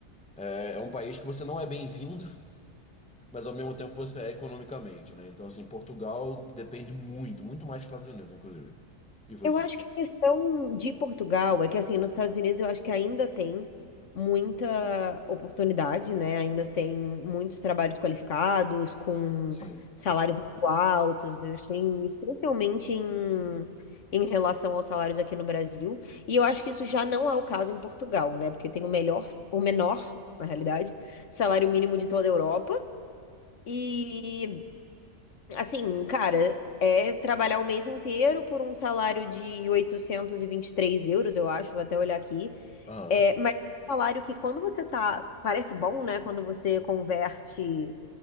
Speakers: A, in the centre; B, on the left.
A: É, é um país que você não é bem-vindo. mas ao mesmo tempo você é economicamente, né? Então, assim, Portugal depende muito, muito mais dos Estados Unidos, inclusive. E você?
B: Eu acho que a questão de Portugal é que, assim, nos Estados Unidos eu acho que ainda tem muita oportunidade, né? Ainda tem muitos trabalhos qualificados, com
A: Sim.
B: salários muito altos, assim, especialmente em, em relação aos salários aqui no Brasil. E eu acho que isso já não é o caso em Portugal, né? Porque tem o melhor, o menor, na realidade, salário mínimo de toda a Europa. E Assim, cara, é trabalhar o mês inteiro por um salário de oitocentos e e vinte e três euros, eu acho, vou até olhar aqui.
A: Aham.
B: É, mas é um salário que quando você tá, parece bom, né? Quando você converte